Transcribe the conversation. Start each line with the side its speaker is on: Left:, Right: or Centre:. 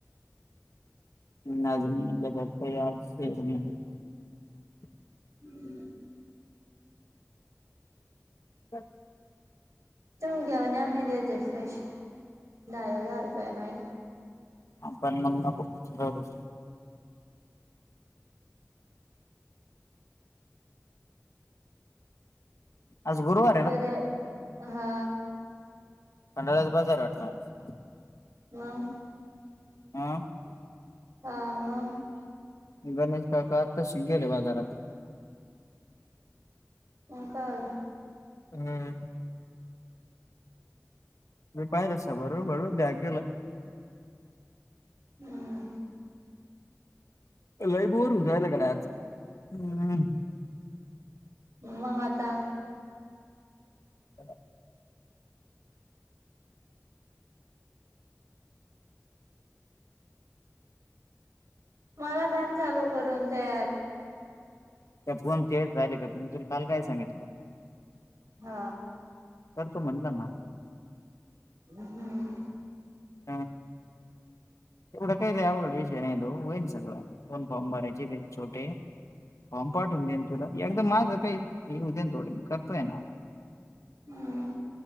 Left: <unintelligible>
Right: हम्म
Left: ब
Right: तुम्ही घेऊन या मी देते फ्रेश दहा हजार रुपये नाहीहि
Left: आपण मग नको नको आज गुरुवार आहे ना
Right: घरी हा
Left: खंडाळा्याचा बाजार हाय वाटतं आज
Right: मग
Left: हम
Right: हा मग
Left: गणेश काका आताच गेले बाजारात
Right: <unintelligible>
Left: हम् म पाहि रसा बरं बर बॅग गेलं
Right: हम्
Left: लय बोर होवून राहिलं गड्या आज रालाकडे आज हम्
Right: मग आता
Left: ह
Right: मला द्यान चालू करून ते ऍप
Left: त्या फण ते झाले का तुम्ी तुला काल काय सांगित
Right: हा
Left: कर तू म्हणलं ना
Right: हम्म
Left: हा एवढं काही ल अवघड विषय नाही तो होईन सगळं दोन फॉर्म भरायचेत एक छोटे फॉर्म पाठवून देईन तुला एकदा माझं काही येऊ दे ना थोडे मी करतोय ना
Right: हम्